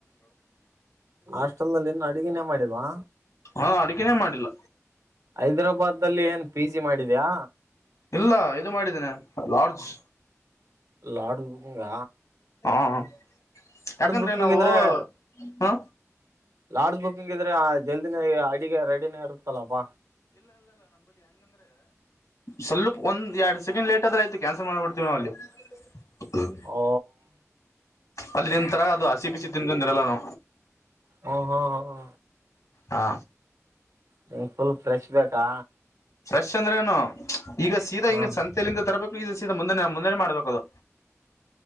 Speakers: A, on the right; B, on the left.
A: ಹಾಸ್ಟೆಲ್ ನಲ್ಲಿ ಇನ್ನು ಅಡುಗಿನೇ ಮಾಡಿಲ್ವಾ
B: ಹಾ ಅಡಗೆನೇ ಮಾಡಿಲ್ಲ
A: ಹೈದರಾಬಾದಿನಲ್ಲಿ ಏನ್ ಪಿ ಜಿ ಮಾಡಿದ್ಯಾ
B: ಇಲ್ಲ ಇದು ಮಾಡಿದ್ದೇನೆ ಲಾಡ್ಜ್
A: ಲಾಡುಂಗ
B: ಹಾಂ ಯಾಕಂದ್ರೆ
A: ಬುಕಿಂಗ್
B: ನಾವು
A: ಇದ್ರೆ
B: ಹ
A: ಲಾಡ್ಜ್ ಬುಕಿಂಗ್ ಇದ್ರೆ <unintelligible> ಜಲ್ದಿನೇ ಅಡಿಗೆ ರೆಡಿನೇ ಇರುತ್ತಲ್ಲಪ್ಪಾ
B: ಸಲ್ಲು ಒಂದೆಡು ಸೆಕಂಡ್ ಲೇಟ್ ಆದ್ರೆ ಆಯ್ತು ಕ್ಯಾನ್ಸಲ್ ಮಾಡಿಬಿಡ್ತೀನೋ ಅಲ್ಲಿ ಹ್ಮ
A: ಓ
B: ಅಲ್ಲಿ ನಿನ್ ತರ ಅದು ಹಸಿ ಬಿಸಿ ತಿನ್ಕೊಂದ್ರು ಎಲ್ಲಾರು
A: ಹ್ಮ ಹ್ಮ ಹ್ಮ್ಮ
B: ಹಾ
A: ನಿಂಗ್ ಫುಲ್ ಫ್ರೆಶ್ ಬೇಕಾ
B: ಫ್ರೆಶ್ ಅಂದ್ರೇನು ಈಗ ಸೀದಾ
A: ಹಾ
B: ಹಿಂಗ ಸಂತೆಯಲ್ಲಿಂದತರ ಬೇಕು ಈಗ ಸೀದಾ ಮುಂದೆ ಮುಂದೆನೆ ಮಾಡ್ಬೇಕದು